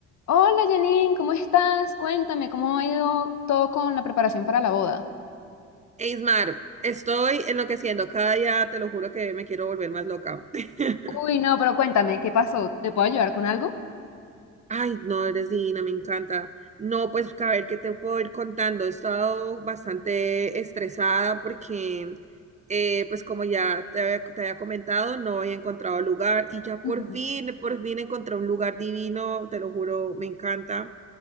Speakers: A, on the left (about 65°); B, on the right (about 25°).
A: Hola Janine, ¿cómo estás? Cuéntame, ¿cómo ha ido todo con la preparación para la boda?
B: Eismar, estoy enloqueciendo cada día, te lo juro que me quiero volver más loca. <laughs>
A: Uy, no, pero cuéntame, ¿qué pasó? ¿Te puedo ayudar con algo?
B: Ay, no, eres divina, me encanta. No, pues a ver qué te puedo ir contando. He estado bastante estresada porque, eh, pues como ya te, había- te había comentado, no había encontrado lugar y ya por
A: Ujú.
B: fin, por fin encontré un lugar divino, te lo juro, me encanta.